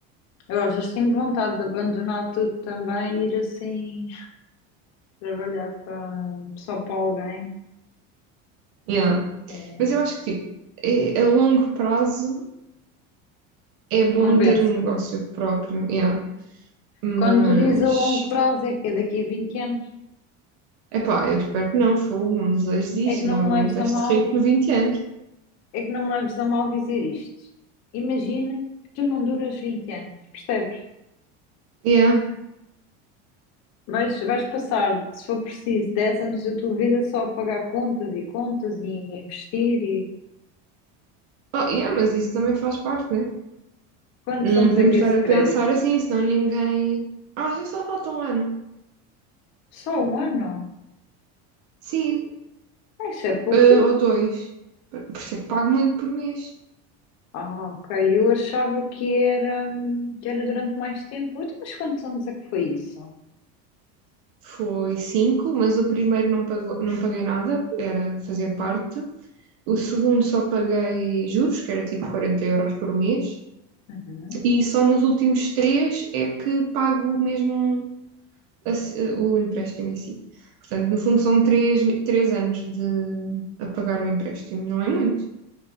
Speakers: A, on the left; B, on the right.
A: Eu às vezes tenho vontade de abandonar tudo também e ir assim trabalhar para um- só para alguém.
B: Yeah.
A: É,
B: Mas eu acho que, tipo, é- a longo prazo é bom
A: compensa.
B: ter um negócio próprio, yeah. Mas
A: Quando tu dizes a longo prazo é que é daqui a 20 anos,
B: Epá, eu espero que não, fogo, não desejo isto,
A: é que não
B: eu não aguento
A: me leves a
B: este
A: mal,
B: ritmo vinte anos.
A: é que não me leves a mal dizer isto. Imagina que tu não duras 20 anos, percebes?
B: Yeah.
A: Vais, vais passar, se for preciso, 10 anos da tua vida só a pagar contas e contas e a investir e
B: Oh, yeah, mas isso também faz parte, né?
A: quantos
B: Não
A: anos
B: podemos
A: é que é
B: estar
A: esse
B: a
A: crédito?
B: pensar assim, senão ninguém. Ah, já só falta um ano.
A: Só um ano?
B: Sim,
A: Isso é pouco
B: eh, ou dois. Por por isso é que pago muito por mês.
A: Ah, ok. Eu achava que era, hum, que era durante mais tempo. Então, mas quantos anos é que foi isso?
B: Foi cinco, mas o primeiro não, pagou, não paguei nada, era fazer parte. O segundo só paguei juros, que era tipo 40 euros por mês.
A: Uhum.
B: E só nos últimos três é que pago mesmo a se- o empréstimo em si. Portanto, no fundo são três, mi- três anos de a pagar o empréstimo, não é muito.